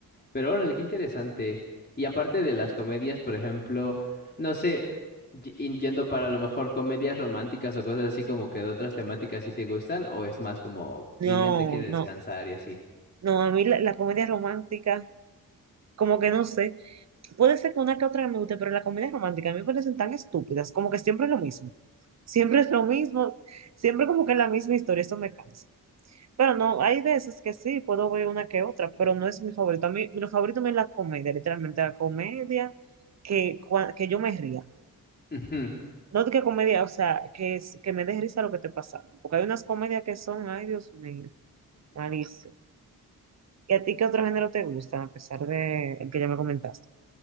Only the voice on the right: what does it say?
¿no?
No, no,
no, a mí la, la comedia romántica, como que no sé, puede ser que una que otra me guste, pero la comedia romántica a mí me parecen tan estúpidas, como que siempre es lo mismo, siempre es lo mismo, siempre como que es la misma historia, eso me cansa. Pero no, hay veces que sí, puedo ver una que otra, pero no es mi favorito. A mí, mi favorito es la comedia, literalmente la comedia que, cua- que yo me ría.
No que comedia, o sea, que, es- que me dé risa lo que esté pasando, porque hay unas comedias que son, ay Dios mío, malísimas. ¿Y a ti qué otro género te gusta, a pesar de el que ya me comentaste?